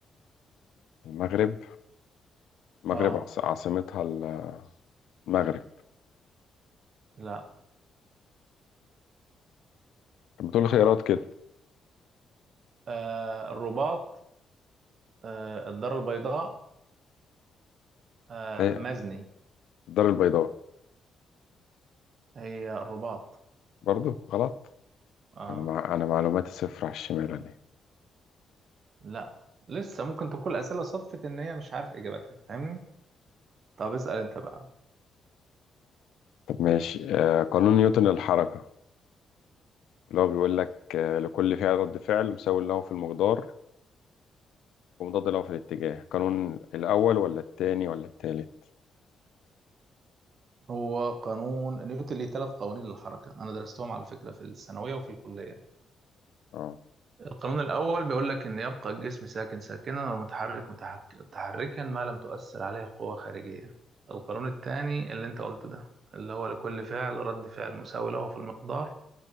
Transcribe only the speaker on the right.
اه
لا
آه الرباط آه الدار البيضاء آه
مزني
هي الرباط
اه
لا لسه ممكن تكون الأسئلة صدفت إن هي مش عارف إجابتها فاهمني طب اسأل أنت بقى
هو قانون نيوتن ليه ثلاث قوانين للحركة أنا درستهم على فكرة في الثانوية وفي الكلية
القانون الأول بيقول لك إن يبقى الجسم ساكن ساكنا ومتحرك متحك... متحركا ما لم تؤثر عليه قوة خارجية القانون الثاني اللي أنت قلته ده اللي هو لكل فعل رد فعل مساوي له في المقدار